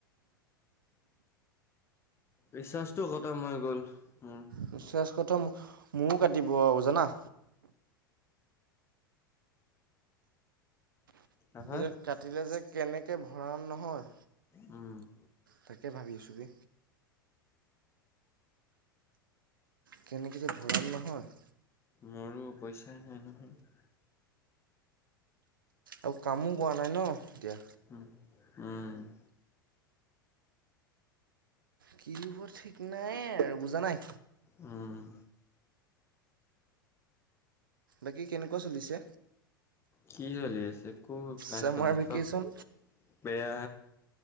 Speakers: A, on the left (about 20°); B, on the right (about 65°).
A: ৰিচাৰ্জটো খটম হৈ গ'ল উম
B: ৰিৰ্চাজ খটম মো কাটিব আৰু জানা
A: হা হা,
B: যে কাটিলে যে কেনেকে ভৰাম নহয়
A: উম
B: তাকে ভাবিছোঁ বে কেনেকে যে ভৰাম নহয়
A: মোৰো পইচাই নাই নহয়
B: আও কামো কৰা নাই ন এতিয়া
A: উম উম
B: কি হব ঠিক নাই আৰু বুজা নাই
A: উম
B: বাকী কেনেকুৱা চলিছে
A: কি চলি আছে ক নাই
B: চামাৰ
A: চলা
B: ভেকেশ্যন
A: চব বেয়া